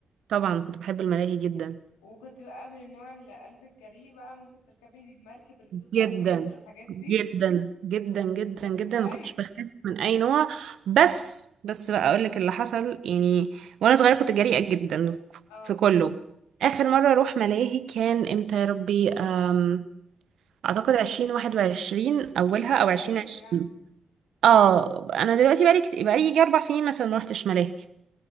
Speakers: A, on the right (about 70°); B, on the left (about 90°).
A: طبعا كنت بحب الملاهي جدا
B: وكنت بقى من النوع اللي قلبك جريء بقى ممكن تركبي المركب اللي بتطلع
A: جدا
B: وتنزل والحاجات دي
A: جدا جدا جدا
B: طب
A: جدا
B: كويس
A: ما كنتش بخاف من اي نوع بس بس بقى اقول لك اللي حصل يعني وانا صغيره كنت جريئه جدا
B: اه
A: في كله اخر مره اروح ملاهي كان امتى يا ربي أم... اعتقد 2021 اولها
B: من
A: او
B: قريب
A: 2020
B: يعني
A: اه انا دلوقتي بقالي كت... بقالي يجي اربع سنين مثلا ما رحتش ملاهي